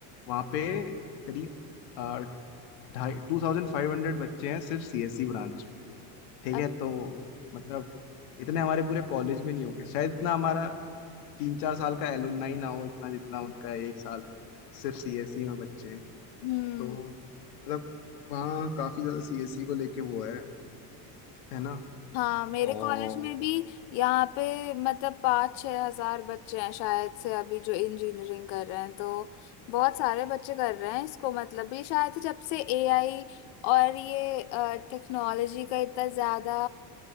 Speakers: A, on the left (about 85°); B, on the left (about 65°).
A: वहाँ पे करीब अ, ढाई टू थाउजेंड फाइव हंड्रेड बच्चे हैं सिर्फ सीएससी ब्रांच में ठीक
B: अ-
A: है तो मतलब इतने हमारे पूरे कॉलेज में नहीं होंगे शायद इतना हमारा तीन चार साल का एलुमनाई ना हो इतना जितना उनका एक साल में सिर्फ सीएससी में बच्चे हैं
B: हम्म
A: तो मतलब वहाँ काफी ज्यादा सीएससी को लेके वो है है ना
B: हाँ मेरे
A: और
B: कॉलेज में भी यहाँ पे मतलब पाँच छह हजार बच्चे हैं शायद से अभी जो इंजीनियरिंग कर रहे हैं तो बहुत सारे बच्चे कर रहे हैं इसको मतलब ये शायद से जब से एआई और ये टेक्नोलॉजी का इतना ज्यादा